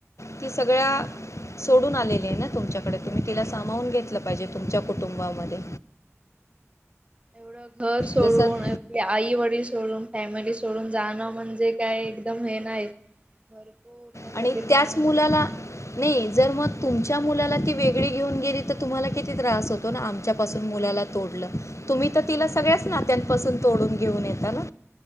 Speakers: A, on the left; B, on the right.
A: ती सगळ्याना सोडून आलेली आहे. ना तुमच्याकडे, आणि तुम्ही तिला
B: हो
A: सामावून
B: तेच
A: घेतलं
B: ना.
A: पाहिजे, तुमच्या कुटुंबामध्ये
B: एवढं घर सोडून,
A: जसं
B: आपली आई वडील सोडून, फॅमिली सोडून, सोडून जाणं, म्हणजे काय एकदम हे नाही. भरपूर त्यासाठी
A: आणि
B: त्रास
A: त्याच मुलाला नाही. जर मग तुमच्या मुलाला ती वेगळी घेऊन गेली. तर तुम्हाला किती किती त्रास होतो. ना आमच्यापासून
B: मग तेच
A: मुलाला
B: ना
A: तोडल, तुम्ही तर
B: हो
A: तिला सगळ्याच नात्यात पासून तोडून घेऊन येत ना,